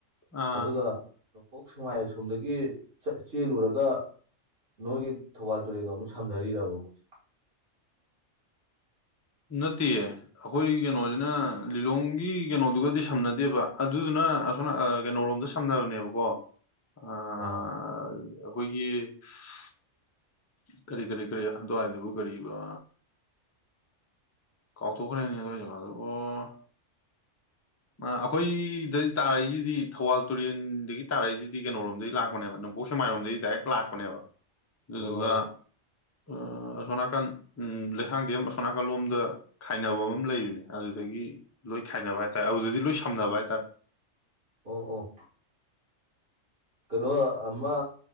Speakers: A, on the left; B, on the right.
A: ꯑꯥ
B: ꯑꯗꯨꯒ ꯅꯣꯡꯄꯣꯛ ꯁꯦꯛꯃꯥꯏ ꯑꯁꯣꯝꯗꯒꯤ ꯆꯦꯜꯂꯨꯔꯒ ꯅꯣꯏꯒꯤ ꯊꯧꯕꯥꯜ ꯇꯨꯔꯦꯟꯒ ꯑꯃꯨꯛ ꯁꯝꯅꯔꯤꯔꯕ ꯑꯃꯨꯛ
A: ꯅꯦꯠꯇꯦꯌꯦ ꯑꯩꯈꯣꯏ ꯀꯩꯅꯣꯁꯤꯅ ꯂꯤꯂꯣꯡꯒꯤ ꯀꯩꯅꯣꯗꯨꯒꯗꯤ ꯁꯝꯅꯗꯦꯕ ꯑꯗꯨꯗꯨꯅ ꯑꯁꯣꯝ ꯀꯩꯅꯣꯔꯣꯝꯗ ꯁꯝꯅꯕꯅꯦꯕ ꯀꯣ ꯑꯥ
B: ꯑꯥ
A: ꯑꯥ ꯑꯩꯈꯣꯏꯒꯤ ꯀꯔꯤ ꯀꯔꯤ ꯀꯔꯤ ꯑꯗꯨꯋꯥꯏꯗꯨꯕꯨ ꯀꯔꯤꯑꯕ ꯀꯥꯎꯊꯣꯛꯈ꯭ꯔꯦꯅꯦ ꯑꯗꯨꯋꯥꯢ ꯖꯒꯥꯗꯨ ꯑꯣ ꯑꯩꯈꯣꯏꯗ ꯇꯥꯔꯛꯏꯁꯤꯗꯤ ꯊꯧꯕꯥꯜ ꯇꯨꯔꯦꯜꯗꯒꯤ ꯇꯥꯔꯛꯏꯁꯤꯗꯤ ꯀꯩꯅꯣꯔꯣꯝꯗꯒꯤ ꯂꯥꯛꯄꯅꯦꯕ ꯅꯣꯡ ꯄꯣꯛ ꯁꯦꯛꯃꯥꯏꯔꯣꯝꯗꯒꯤ ꯗꯥꯏꯔꯦꯛ ꯂꯥꯛꯄꯅꯦꯕ ꯑꯗꯨꯗꯨꯒ
B: ꯑꯣ
A: ꯑꯥ ꯑꯁꯣꯝ ꯅꯥꯀꯟ ꯎꯝ ꯂꯩꯁꯥꯡꯊꯦꯝ ꯑꯁꯣꯝ ꯅꯥꯀꯟ ꯂꯣꯝꯗ ꯈꯥꯏꯅꯕꯝ ꯑꯃ ꯂꯩꯕꯅꯦ ꯑꯗꯨꯗꯒꯤ ꯂꯣꯏ ꯈꯥꯏꯅꯕ ꯍꯥꯏ ꯇꯥꯔꯦ ꯑꯗꯨꯗꯗꯤ ꯂꯣꯏ ꯁꯝꯅꯕ ꯍꯥꯏ ꯇꯥꯔꯦ
B: ꯑꯣ ꯑꯣ ꯀꯩꯅꯣ ꯑꯃ